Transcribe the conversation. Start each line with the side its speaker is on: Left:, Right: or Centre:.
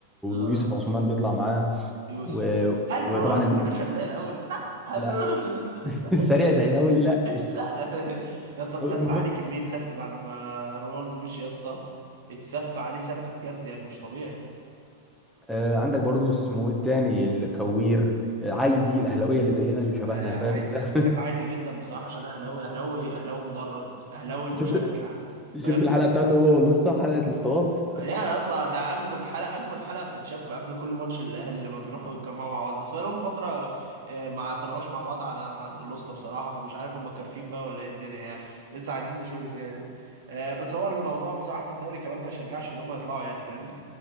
Right: اه آه.
Centre: ويوسف عثمان بيطلع معاه
Right: يوسف
Centre: و...
Right: هل
Centre: وطبعا
Right: رونالدو
Centre: الم...
Right: فينشر زي الاول لا هل
Centre: لا
Right: رونالدو
Centre: <laughs>
Right: <laughs>
Centre: سريع زي الاول لا
Right: لا يا اسطى اتسف
Centre: <laughs> ومر-
Right: عليه كميه سف بعد ما رونالدو مشي يا اسطى اتسف عليه سف بجد يعني مش طبيعي
Centre: آه، عندك برضو اسمه إيه التاني الكوير آه، عايدي الاهلاويه اللي زينا اللي شبهنا
Right: آه عادي
Centre: فاهم انت
Right: انا بحب عادي جدا بصراحه عشان أنا اهلاوي اهلاوي اهلاوي مدرج اهلاوي
Centre: <laughs>
Right: مشجع
Centre: شفت شفت
Right: فاهم
Centre: الحلقه بتاعته هو والاسطى حلقه الاسطوات
Right: يا اسطى ده اجمد حلقه اجمد حلقه بتتشاف قبل كل ماتش الاهلي لما بيروحوا يتجمعوا مع بعض بس بقالهم فتره آه، ما طلعوش مع بعض على عند الوسطى بصراحه فمش عارف هم كارفين بقى ولا ايه الدنيا يعني لسه عايزين نشوف يعني آه، بس هو الموضوع بصراحه في الدوري كمان ما يشجعش ان هم يطلعوا يعني فاهمني